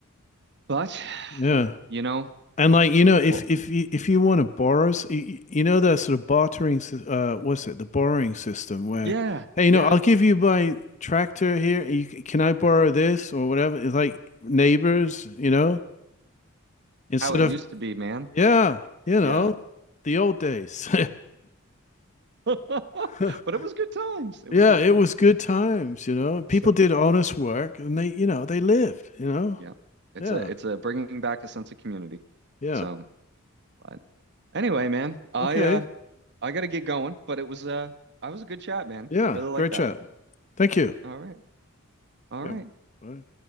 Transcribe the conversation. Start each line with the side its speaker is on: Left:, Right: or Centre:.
Right: But <sighs>
Left: Yeah.
Right: you know,
Left: And like, you know, if
Right: well,
Left: if you if you want to borrow, s- y- y- you know, that sort of bartering, sys- uh, what's it? The borrowing system where,
Right: yeah,
Left: hey, you
Right: yeah,
Left: know, I'll give you my tractor here. You, c- can I borrow this or whatever? It's like neighbors, you know, instead
Right: how it
Left: of,
Right: used to be, man.
Left: yeah, you know,
Right: Yeah.
Left: the old days.
Right: <laughs>
Left: <laughs>
Right: But it was good times. It
Left: yeah,
Right: was good
Left: it
Right: times.
Left: was good times, you know. People
Right: So
Left: did honest work and they, you know, they lived, you know.
Right: yeah, it's
Left: Yeah.
Right: a it's a bringing back a sense of community.
Left: Yeah.
Right: So, but anyway, man, I
Left: Okay.
Right: uh I gotta get going. But it was uh I was a good chat, man.
Left: Yeah.
Right: I really like
Left: Great
Right: that.
Left: chat. Thank you.
Right: All right, all
Left: Um,
Right: right.
Left: bye.